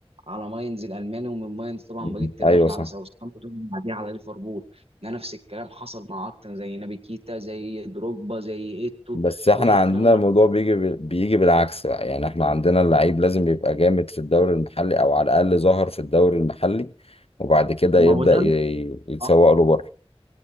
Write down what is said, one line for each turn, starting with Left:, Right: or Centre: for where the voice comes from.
Right: على ماينز الالماني ومن ماينز طبعا
Left: مم.
Right: بقيه الرحله
Left: ايوه صح
Right: على ساوثهامبتون وبعديها على ليفربول ده نفس الكلام حصل مع اكتر زي نابي كيتا زي دروجبا زي ايتو
Left: بس احنا
Right: كل الكلام
Left: عندنا
Right: ده
Left: الموضوع
Right: حصل
Left: بيجي بيجي بالعكس بقى يعني احنا عندنا اللعيب لازم يبقى جامد في الدوري المحلي او على الاقل ظهر في الدوري المحلي وبعد كده يبدأ
Right: ما هو ده
Left: ي- يتسوق
Right: آه،
Left: له بره